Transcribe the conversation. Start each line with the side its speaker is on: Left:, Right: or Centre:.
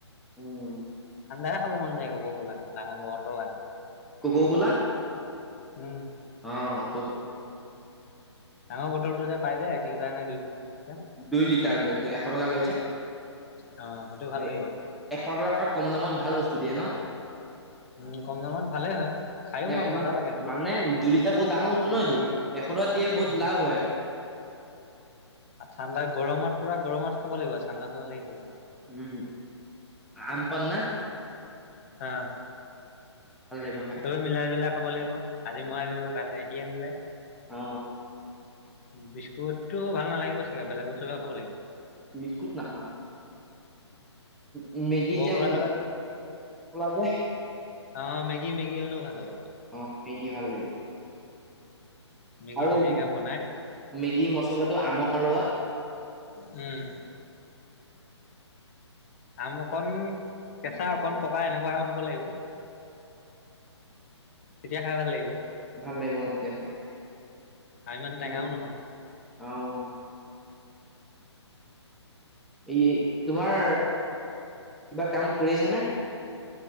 Centre: উম।
Left: <unintelligible> খাব মন যায় ক'ব গ'লে গোলা ডাঙৰ <unintelligible>
Centre: কোকা-ক'লা
Left: উম
Centre: অহ। গ
Left: আমৰ বটলটো যে পাই যে এক লিটাৰ নে দুই দুই লিটাৰ
Centre: দুই লিটাৰ টো, এশ টকা লৈ যে।
Left: <inaudible> ভাল
Centre: এ,
Left: লাগিব খাই।
Centre: এশ টকাৰ কম দামত ভাল বস্তু দিয়ে ন'?
Left: উম কম দামত ভালেই হয় খায়ো
Centre: এ, ইমান
Left: মজা লাগে
Centre: মানে দুই লিটাৰ বহুত ডাঙৰ বস্তু ন' এইটো। এশ টকাত দিয়ে বহুত
Left: উম
Centre: লাভ হয়।
Left: ঠাণ্ডা গৰমত পোৰা গৰমত খাব লাগিব ঠাণ্ডা ঠাণ্ডা লাগিছিলে।
Centre: উম আ পন্না
Left: আহ
Centre: ভাল লাগিব খাই
Left: তইও মিলাই জুলাই খাব লাগিব আজি মই আনিলো কাইলৈ সি আনিলে।
Centre: অ
Left: বিস্কুটটো ভাল নালাগিব চাগে বেলেগ বস্তুৰ লগত খাব লাগিব।
Centre: বিস্কুট নাখাওঁ। উম মেগী
Left: কক
Centre: যে
Left: কলাৰ
Centre: উম মছলা
Left: লগত
Centre: যে
Left: অ' মেগী মেগী হ'লেও ভাল হ'ব।
Centre: অহ' মেগী ভাল লাগিব।
Left: মেগী
Centre: আৰু
Left: ধুনীয়াকে বনাই
Centre: মেগী মছলাটো আমৰ লগত।
Left: উম। আম অকন কেঁচা অকণ পকা এনেকুৱা আম হব লাগিব, তেতিয়া খায় ভাল লাগিব।
Centre: ভাল লাগিব অঁ তেতিয়া খায়
Left: আৰু ইমান টেঙাও
Centre: উম
Left: নহ'ব
Centre: অঁহ। এই তোমাৰ কিবা কাম কৰি আছানে?